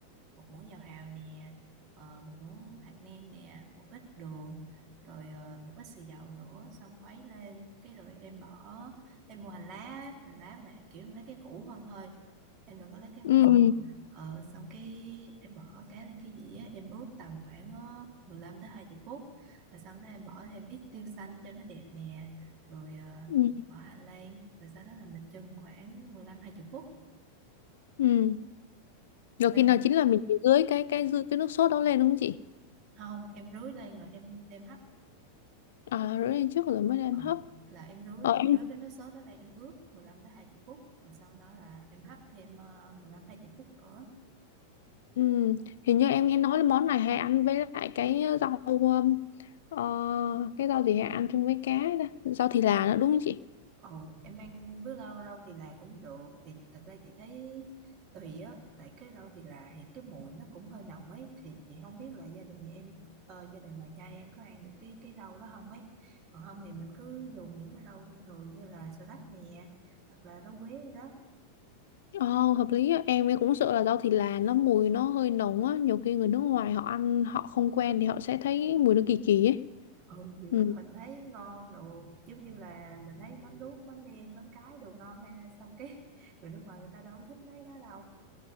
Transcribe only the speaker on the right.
một muỗng dầu hào nè ờ, một muỗng hạt nêm nè một ít đường rồi ờ, một ít xì dầu nữa xong khuấy lên cái rồi em bỏ em mua hành lá á, hành lá mà kiểu em lấy cái củ không thôi em đừng có lấy cái
ngọn Ờ, xong cái em bỏ cá lên cái dĩa em ướp tầm khoảng ờ, 15 tới 20 phút rồi sau đó em bỏ thêm ít tiêu xanh cho nó đẹp nè rồi ờ,
bỏ hành lan rồi sau đó là mình chưng khoảng 15 20 phút
sao
sao
không em rưới lên rồi em đem hấp
ờ,
là em rưới
em rưới cái nước sốt đó lên em ướp 15 tới 20 phút rồi sau đó là em hấp thêm uh, 15 20 phút nữa
Ồ, em ăn với rau rau thì là cũng được thì thật ra chị thấy tùy á tại cái rau thì là thì cái mùi nó cũng hơi nồng ấy thì chị không biết là gia đình nhà em ờ, gia đình bà trai em có ăn được cái cái rau đó không ấy còn không thì mình cứ dùng những cái rau thông thường như là salad nè hoặc là rau quế gì đó
ừ, nhiều
lúc mình thấy ngon đồ giống như là mình thấy mắm ruốc mắm nêm mắm cái đồ ngon ha sau cái <laughs> người nước ngoài người ta đâu có thích mấy đó đâu